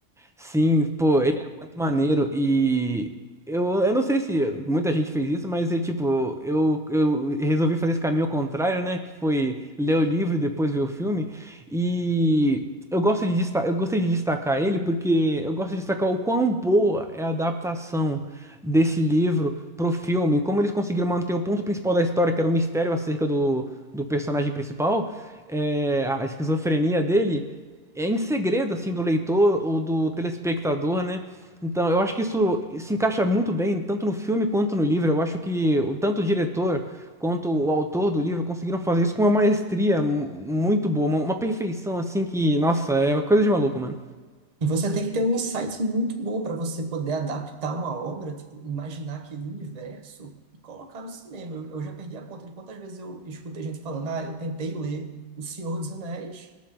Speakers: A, in the centre; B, on the right.
A: Sim, pô, ele é muito maneiro e eu, eu não sei se muita gente fez isso, mas é tipo, eu, eu resolvi fazer esse caminho ao contrário, né? Que foi ler o livro e depois ver o filme. E eu gosto de destacar, eu gostei de destacar ele porque eu gosto de destacar o quão boa é a adaptação desse livro pro filme, como eles conseguiram manter o ponto principal da história, que era o mistério acerca do, do personagem principal, é, a esquizofrenia dele é em segredo assim do leitor ou do telespectador, né? Então, eu acho que isso se encaixa muito bem, tanto no filme quanto no livro. Eu acho que o- tanto o diretor quanto o autor do livro conseguiram fazer isso com uma maestria mu- muito boa, uma, uma perfeição assim que, nossa, é coisa de maluco, mano.
B: E você tem que ter um insight muito bom para você poder adaptar uma obra, tipo, imaginar aquele universo e colocar no cinema. Eu, eu já perdi a conta de quantas vezes eu escutei gente falando, ah, eu tentei ler O Senhor dos Anéis